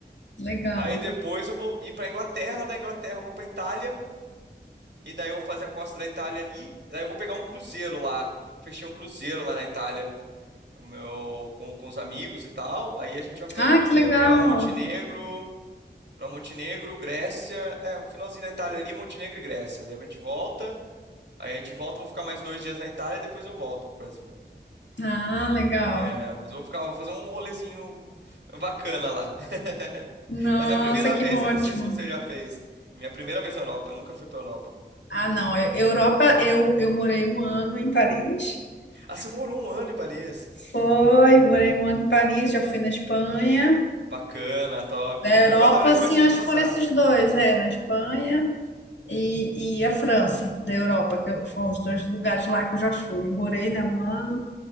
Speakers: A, on the left; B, on the right.
A: legal.
B: Aí depois eu vou ir pra Inglaterra, da Inglaterra eu vou pra Itália, e daí eu vou fazer a costa da Itália ali, e daí eu vou pegar um cruzeiro lá. Eu fechei um cruzeiro lá na Itália, o meu com, com os amigos e tal. Aí a gente vai fazer
A: Ah,
B: um cruzeiro
A: que legal.
B: pra Montenegro, para Montenegro, Grécia, é, o finalzinho da Itália ali, Montenegro e Grécia. Daí a gente volta, aí a gente volta, eu vou ficar mais dois dias na Itália e depois eu volto pro Brasil.
A: Ah, legal.
B: É, mas eu vou ficar, vou fazer um rolezinho bacana lá. <laughs>
A: Nossa,
B: Mas é a primeira
A: que
B: vez,
A: ótimo.
B: eu não sei se você já fez. Minha primeira vez na Europa, eu nunca fui pra Europa.
A: Ah, não. eu- Europa, eu, eu morei um ano em Paris.
B: Ah, você morou um ano em Paris?
A: Foi, morei um ano em Paris, já fui na Espanha.
B: Bacana, top.
A: Da
B: Minha
A: Europa,
B: irmã tava na Espanha
A: assim,
B: semana
A: acho
B: passada.
A: que foram esses dois, é, na Espanha e, e a França, da Europa, que eu- foram os dois lugares lá que eu já fui. Morei, né, um ano,